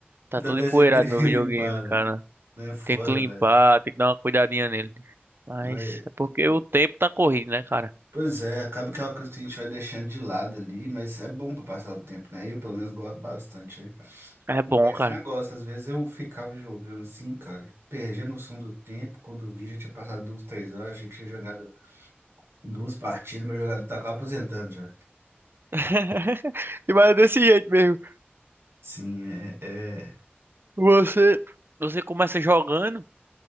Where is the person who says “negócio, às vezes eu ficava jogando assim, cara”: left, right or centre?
Right